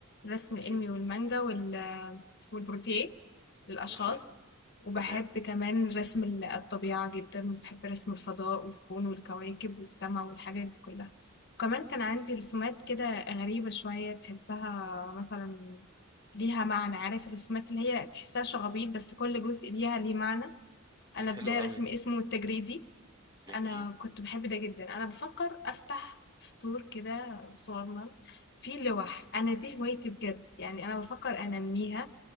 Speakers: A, on the left; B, on the right.
A: الرسم
B: ماشي
A: الانمي والمانجا وال والبروتيه للاشخاص
B: ماشي
A: وبحب
B: تمام
A: كمان رسم ال- الطبيعة جدا بحب رسم الفضاء والكون والكواكب والسماء والحاجات دي كلها وكمان كان عندي رسومات كده غريبة شوية تحسها مثلا ليها معنى عارف الرسومات اللي هي تحسها شغبيط بس كل جزء ليها ليه معنى
B: دي
A: أنا بداية
B: حلو
A: رسم
B: قوي دي
A: اسمه التجريدي
B: جميل
A: أنا كنت باحب ده جدًا، أنا بافكّر أفتح store كده صغنّن فيه لوَح، أنا دي هوايتي بجد، يعني أنا بافكّر أنمّيها